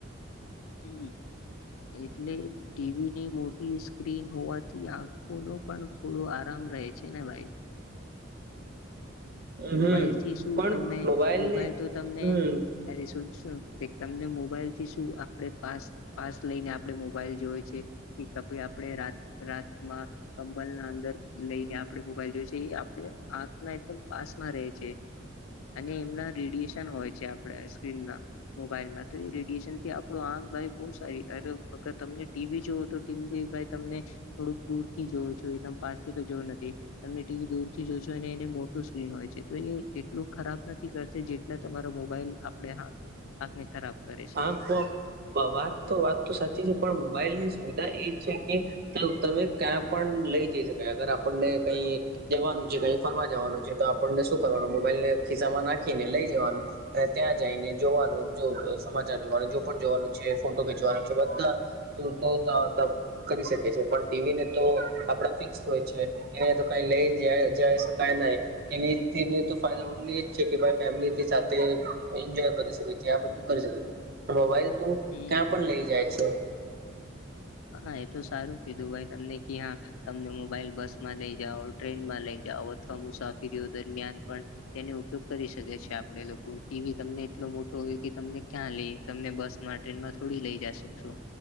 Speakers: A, on the left (about 90°); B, on the right (about 50°).
A: હમ એટલે ટીવીની મોટી સ્ક્રીન હોવાથી આંખો નો પણ થોડો આરામ રહે છે ને ભાઈ.
B: હમ
A: મોબાઈલ થી શું
B: પણ
A: તમને
B: મોબાઈલની
A: મોબાઈલ તો તમને.
B: હમ
A: અ શુંું તમને મોબાઈલ થી શું આપડ પાસ પાસ લઈને આપડણે મોબાઈલ જોવે છે કે આપણે રાત રાતમાં કંબલ ના અંદર લઈને આપડે મોબાઈલ જોયું છે એ આપડણે આંખ ના એક તો પાસમાં રહે છે અને એમના રેડિયેશન હોય છે આપડા સ્ક્રીન ના મોબાઈલમાં તો એ રેડિયશન થી આપડો આંખ બારી બહુ સારી અગર તમને ટીવી જોવ તો ટીમ જો ભાઈ તમને થોડુંક દૂર થી જોવું છું એકદમ પાસથી તો જોવું નથી તમને ટીવી દૂર થી જો છું અને એને સ્ હોય છે તો એ એટલું ખરાબ નથી કરતી જેટલા તમારો મોબાઈલ આપણે હા. આપને ખરાબ કરે છે
B: હા વાત તો વાત તો સાચી છે પણ મોબાઈલ ની સુવિધા એ છે કે તો તમે ક્યાં પણ લઈ જઈ શકાય અગર આપણને કઈ જવાનું છે કઈ ફરવા જવાનું છે તો આપણને શું કરવાનું મોબાઈલને ખિસ્સામાં નાખીને લઈ જવાનું. ત્યાં જઈને જોવાનું સમાચાર જોવાનું જો પણ જોવાનું છે ફોટો ખેચવાનું છે બધા તો ત કરી શકે છે પણ ટીવીને તો આપડા ફિક્સ હોય છે. એને તો કઈ લઈ જ જઈ શકાય નહી. એને તો ફાયદા ઓ એજ છે કે ભાઈ ફેમિલી સાથે એન્જોય કરી શકે છે બધું. મોબાઈલ તું
A: હમ
B: ક્યાં પણ લઈ જાય છે.
A: હા એ તો સારું કીધું ભાઈ તમને ક હા તમને મોબાઈલ બસમાં લઈ જાઓ ટ્રેનમાં લઈ જાઓ અથવા મુસાફરીઓ દરમિયાન પણ તેનો ઉપયોગ કરી શકે છે આપે લોકો ટીવી તમને એટલો મોટો હોય કે તમને ક્યાં લઈ તમને બસ માટે ટ્રેનમાં થોડી લઈ જ શકશો